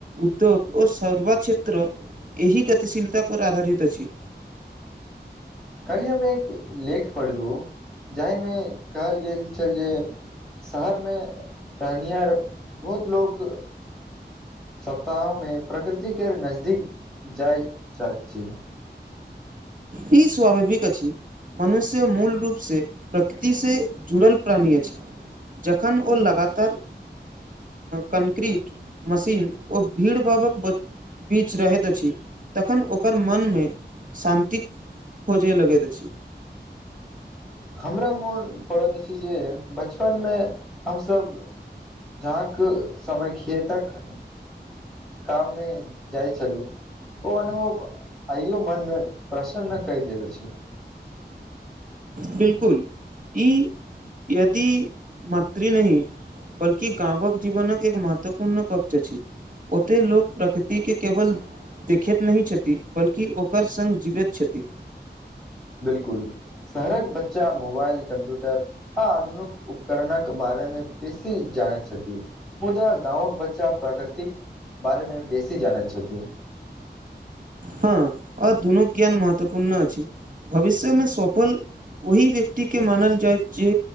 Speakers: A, on the right (about 50°); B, in the centre.
A: उद्योग आ सेवा क्षेत्र एहि गतिशीलता पर आधारित अछि।
B: काल्हि हम एकटा लेख पढ़लहुँ, जाहिमे कहल गेल छल जे शहरमे रहनिहार बहुत लोक सप्ताहमे प्रकृतिक नजदीक जाय चाही।
A: ई स्वाभाविक अछि। मनुष्य मूल रूपसँ प्रकृतिसँ जुड़ल प्राणी छै। जखन ओ लगातार। कंक्रीट, मशीन ओ भीड़-भाड़क। बीच रहैत अछि, तखन ओकर मनमे शान्ति। खोजै लगैत अछि।
B: हमरा मोन पड़ैत अछि जे बचपनमे हमसभ। जहाँक समय खेतक। काम मे जाइ छलू। ओ अनुभव आइयो मोनमे प्रसन्नता भरि दैत अछि।
A: बिल्कुल, ई यति माटी नहि। बल्कि गावक जीवन एक महत्वपूर्ण पक्ष छी ओते लोक प्रकृति के केवल देखेत नहि छथि बल्कि ओकर संग जीवेत छथि
B: बिलकुल शहरक बच्चा मोबाइल कम्प्यूटर आ आधुनिक उपकरणक बारेमे बेसी जानैत छथि मुदा गाँंवक बच्चा प्राकृतिक बारेमे बेसी जानैत छथिन
A: हँ आ दुनू ज्ञान महत्वपूर्ण अछि भविष्यमें सोफल ओहि व्यक्तिके मानल जाय जे